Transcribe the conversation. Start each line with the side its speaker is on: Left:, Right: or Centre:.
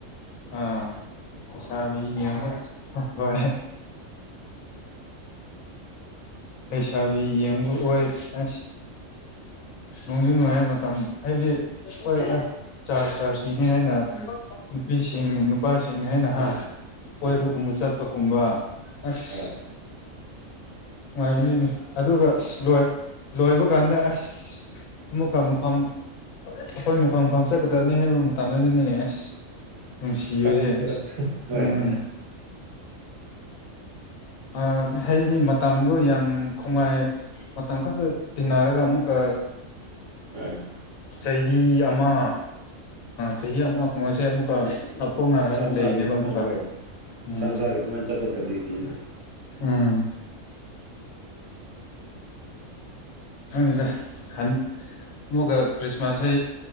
Left: ꯑꯥ ꯄꯩꯁꯥꯕꯤꯕ ꯍ ꯂꯩꯁꯥꯕꯤ ꯌꯦꯡꯕ ꯑꯣꯏ ꯑꯁ ꯅꯨꯡꯗꯤ ꯅꯨꯡꯉꯥꯏ ꯃꯇꯝ ꯍꯥꯏꯕꯗꯤ ꯍꯣꯏ ꯆꯥꯔꯖ ꯆꯥꯔꯖꯅꯤꯅꯤ ꯍꯥꯏꯅ ꯅꯨꯄꯤꯁꯤꯡ ꯅꯨꯄꯥꯁꯤꯡ ꯍꯥꯏꯅ ꯍꯥ ꯀꯣꯏꯕꯒꯨꯝꯕ
Right: ꯎꯝ
Left: ꯆꯠꯄꯒꯨꯝꯕ ꯑꯁ
Right: ꯍꯣꯏ
Left: ꯅꯨꯡꯉꯥꯏꯝꯅꯤꯅꯤ ꯑꯗꯨꯒ ꯑꯁ ꯂꯣꯏ ꯂꯣꯏꯕ ꯀꯥꯟꯗ ꯑꯁ ꯃꯨꯀ ꯃꯨꯐꯝꯝ ꯑꯩꯈꯣꯏ ꯃꯐꯝ ꯃꯐꯝ ꯆꯠꯀꯗꯕꯅꯤ ꯍꯥꯏꯕ ꯃꯇꯝꯗꯗꯤꯅꯦꯅꯦ ꯑꯁ ꯅꯨꯡꯁꯤꯕꯁꯦ
Right: ꯀꯞꯅꯤꯡꯕꯗꯣ ꯍꯣꯏ
Left: ꯎꯝ
Right: ꯍꯣꯏ
Left: ꯑ ꯍꯗꯤ ꯃ ꯃꯇꯝꯗꯣ ꯌꯥꯝ ꯉꯥꯏ ꯃꯇꯝ ꯈꯛꯇ ꯇꯤꯟꯅꯔꯒ ꯑꯃꯨꯛꯀ
Right: ꯑꯝ
Left: ꯆꯍꯤ ꯑꯃ ꯆꯍꯤ ꯑꯃ ꯀꯨꯝꯍꯁꯦ ꯑꯃꯨꯛꯀ ꯂꯥꯞꯊꯣꯛꯅꯔꯒ
Right: ꯁꯝꯁꯥꯒꯤ
Left: ꯂꯩꯅꯦꯕ
Right: ꯃꯅ
Left: ꯑꯃꯨꯛꯀ
Right: ꯍꯣꯏ
Left: ꯎꯝ
Right: ꯁꯝꯁꯥꯒꯤ ꯃꯅ ꯆꯄꯠꯗꯤ ꯏꯗ
Left: ꯎꯝ ꯑꯪꯗ ꯍꯟ ꯑꯃꯨꯛꯒ ꯈ꯭ꯔꯤꯁꯃꯥꯁꯦ